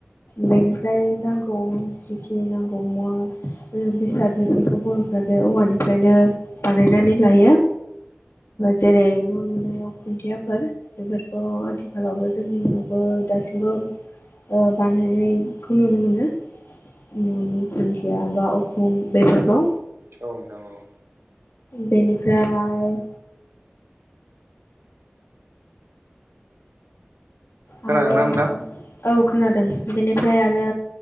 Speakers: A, on the left; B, on the right.
A: बेनिफ्राय नांगौ जिखिनि नांगौ मुवा बेसाद बेफोरखौ बर'फ्रा बे औवानिफ्रायनो बानायनानै लायो। जेरै न' लुनायाव खुन्थियाफोर। बेफोरखौ आथिखालावबो जोंनियावबो दासिमबो ओ बानायनायखौ नुनो मोनो न'नि खुन्थिया बा उखुम बेफोरखौ
B: औ नोंथां औ।
A: बेनिफ्राय
B: खोनादोंना
A: आरो
B: नोंथां
A: औ खोनादों बेनिफ्राय
B: अ
A: आरो